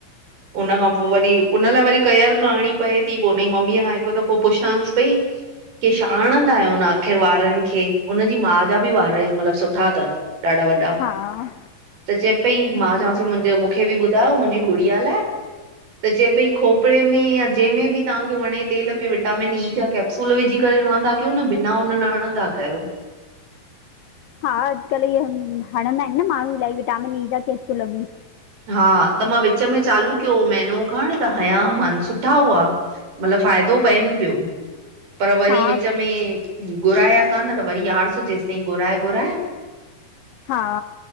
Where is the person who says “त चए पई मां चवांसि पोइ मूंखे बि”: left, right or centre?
Right